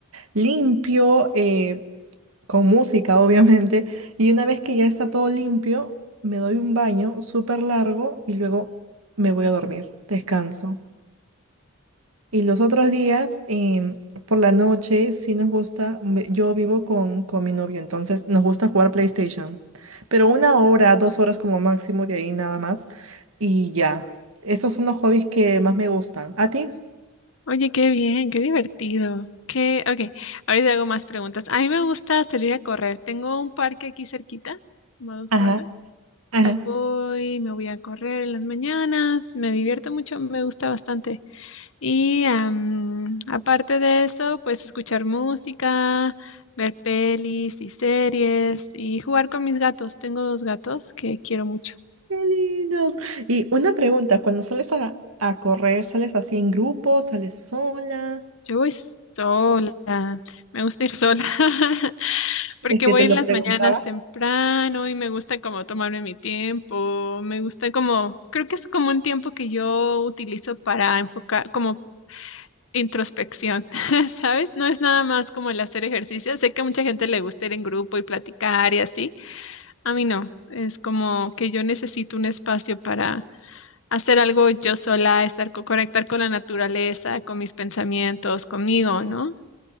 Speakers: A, on the right (about 80°); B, on the left (about 65°).
A: Limpio eh, con música, <laughs> obviamente. Y una vez que ya está todo limpio, me doy un baño súper largo y luego me voy a dormir. Descanso. Y los otros días, em, por la noche, sí nos gusta, me- yo vivo con, con mi novio, entonces nos gusta jugar PlayStation, pero una hora, dos horas como máximo de ahí nada más, y ya. Esos son los hobbies que más me gustan. ¿A ti?
B: Oye, qué bien, qué divertido. Qué, ok, ahorita hago más preguntas. A mí me gusta salir a correr. Tengo un parque aquí cerquita, como a dos
A: Ajá,
B: cuadras,
A: ajá.
B: y voy, me voy a correr en las mañanas. Me divierto mucho, me gusta bastante. Y am, aparte de eso, pues escuchar música, ver pelis y series y jugar con mis gatos. Tengo dos gatos que quiero mucho.
A: ¡Qué lindos! Y una pregunta, cuando sales a, a correr, ¿sales así en grupo, sales sola?
B: Yo voy sola, me gusta ir sola <laughs> porque
A: Es que
B: voy
A: te
B: en
A: lo
B: las
A: preguntaba.
B: mañanas temprano y me gusta como tomarme mi tiempo. Me gusta como, creo que es como un tiempo que yo utilizo para enfocar, como introspección. <laughs> ¿Sabes? No es nada más como el hacer ejercicio. Sé que a mucha gente le gusta ir en grupo y platicar y así, A mí no, es como que yo necesito un espacio para hacer algo yo sola, estar co- conectar con la naturaleza, con mis pensamientos, conmigo, ¿no?